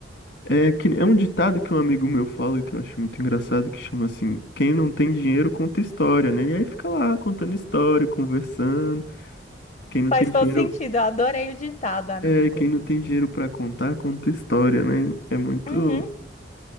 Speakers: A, on the left; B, on the left.
A: é que é um ditado que um amigo meu fala que eu acho muito engraçado que chama assim, quem não tem dinheiro conta história, né? E aí fica lá contando história, conversando. Quem não
B: faz
A: tem dinheiro
B: todo sentido. Eu adorei o ditado, amigo.
A: É, quem não tem dinheiro pra contar, conta história, né? É muito,
B: Uhum.